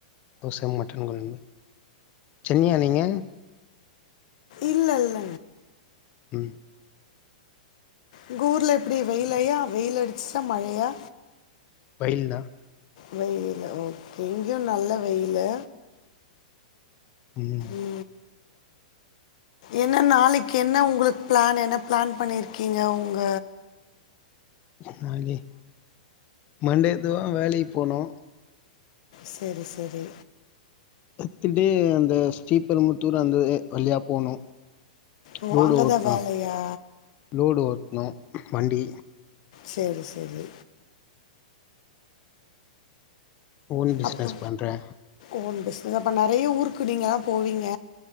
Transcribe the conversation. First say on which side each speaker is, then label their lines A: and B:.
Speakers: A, on the left; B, on the left.
A: தோச மட்டன் கொழம்பு சென்னியா நீங்க
B: இல்ல இல்ல
A: உ
B: ங்க ஊர்ல எப்டி வெயிலையா வெயில் அடிச்சுட்டா மழையா
A: வெயில் தா
B: வெயில் ஓகே இங்கேயு நல்ல வெயிலு
A: ம்
B: உ என்ன நாளைக்கு என்ன உங்ளுக்கு ப்ளான் என்ன ப்ளான் பண்ணியிருக்கீங்க உங்க
A: நாளைக்கு மண்டேலிருந்துவா வேலைக்கு போனு
B: செரி செரி
A: எத்துட்டு அந்த ஸ்ரீபெரும்புத்தூர் அந்த வழியா போனு
B: ஓ
A: லோடு
B: அங்கே
A: ஓட்னோ
B: தான் வேலையா
A: லோடு ஓட்ணு வண்டி
B: சேரி சேரி
A: ஓன் பிஸ்னஸ்
B: அப்போ
A: பண்றே
B: ஓன் பிஸ்னஸ் அப்போ நேறைய ஊருக்கு நீங்கல்லா போவீங்க